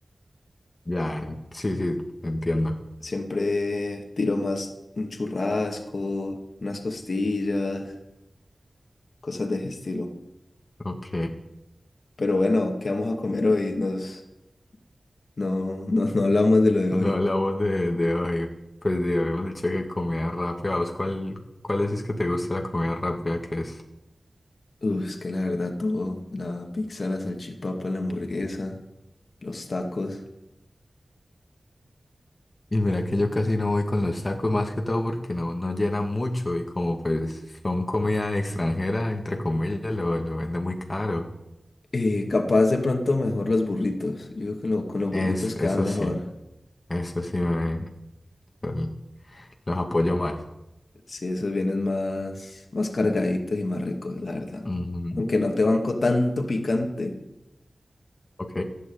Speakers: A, on the left (about 40°); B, on the left (about 70°).
A: Ya, en- sí, sí, entiendo.
B: Siempre tiro más un churrasco, unas costillas, cosas de ese estilo.
A: Ok,
B: Pero bueno, ¿qué vamos a comer hoy? Nos, no, no, no hablamos de lo de
A: no
B: hoy.
A: hablamos de, de hoy, pues de, habíamos dicho que comida rápida, ¿vos cuál, cuál es que te gusta la comida rápida que es?
B: Uf, es que la verdad todo, la pizza, la salchipapa, la hamburguesa, los tacos.
A: Y mira que yo casi no voy con los tacos más que todo porque no, no llenan mucho y como pues son comida extranjera, entre comillas, lo, lo venden muy caro.
B: Eh, capaz de pronto mejor los burritos. Yo creo que lo- con los burritos
A: Es, eso
B: quedan mejor.
A: sí, eso sí me, Ujú. Los apoyo más.
B: Sí, esos vienen más, más cargaditos y más ricos, la verdad.
A: Ujú.
B: Aunque no te banco tanto picante,
A: Ok.